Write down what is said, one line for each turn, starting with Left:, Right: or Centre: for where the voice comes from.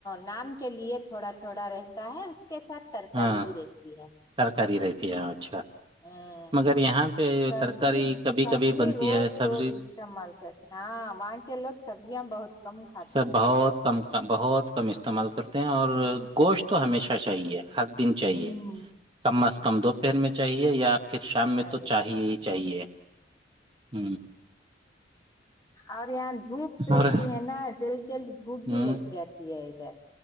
Left: نام کے لیے تھوڑا تھوڑا رہتا ہے اس کے ساتھ ترکاری
Right: ہاں
Left: بھی رہتی ہے
Right: ترکاری رہتی ہے اچھا
Left: ہوں
Right: مگر یہاں پہ
Left: سبزی
Right: ترکاری کبھی
Left: سبزی
Right: کبھی بنتی
Left: روز
Right: ہے سبزی
Left: لوگ استعمال کرتے ہاں وہاں کے لوگ سبزیاں بہت کم کھاتے
Right: سر
Left: ہوں
Right: بہت
Left: گے
Right: کم بہت کم استعمال کرتے ہیں اور گوشت تو ہمیشہ چاہیے ہر دن چاہیے
Left: ہوں
Right: کم از کم دو پہر میں چاہیے یاپ پھر شام
Left: کیا
Right: میں تو
Left: لیتے
Right: چاہیے
Left: شان
Right: ہی چاہیے ہ
Left: اور یہاں دھوپ رہتی
Right: اور
Left: ہے نا جلد جلد دھوپ بھی
Right: ہوں
Left: لگ جاتی ہے ادھر